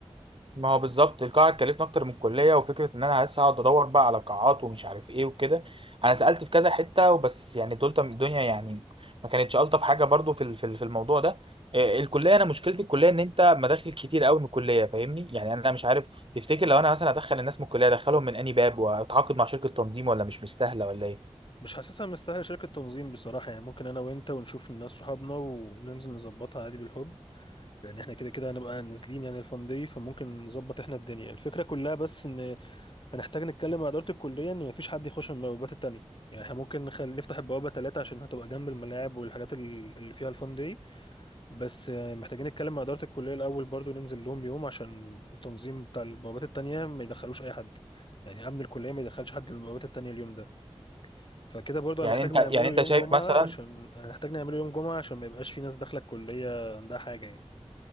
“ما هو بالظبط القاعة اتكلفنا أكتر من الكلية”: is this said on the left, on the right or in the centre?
Right